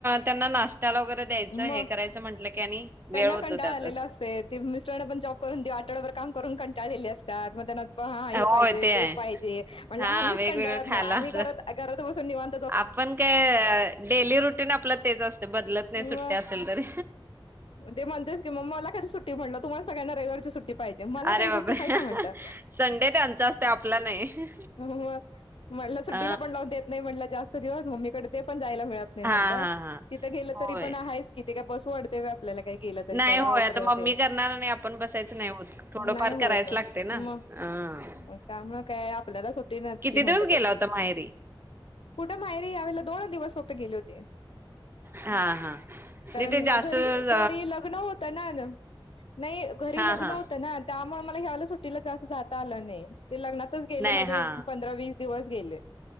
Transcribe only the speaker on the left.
मग
त्यांना
कंटाळा
आलेलं असतेय, ते मिस्टरांना पण जॉब करून, आठवडाभर काम करून कंटाळलेली असतात, मग त्यांना हा, हे
पाहिजे,
ते पाहिजे, म्हणल
आम्हीच
कंटाळत
नाही, आम्ही
घर, घरात बसून निवां
मग
ते म्हणतेस की मग, मला कधी सुट्टी म्हनलं, तुम्हाला सगळ्यांना रविवारची सुट्टी पायजे, मला
काय
सुट्टी हाय का म्हटलं,
हो मग म्हटलं सुट्टीला
पण लावुन देत नाही म्हटलं जास्त दिवस मम्मीकडे, ते पण जायला मिळत तय
म्हटलं,
तिथं गेलं
तरी पण आहेच कि ते काय बसु वाटतय वय आपल्याला काही केलं तरी
कराव
तर
ते
नाही
होत
मग
मग त्यामुळ काय, आपल्याला सुटी नसती
म्हणलं
कधी.
कुठं माहेरी, यावेळेला दोन दिवस फक्त गेले होते.
कारण
म घरी
घरी लग्न होतं ना नाही घरी
लग्न
होतं ना त्यामुळे मला ह्या वेळेला सुटीला जास्त जाता आलं नाही,, ते लग्नातच गेले,
माजे
पंधरा वीस दिवस गेले.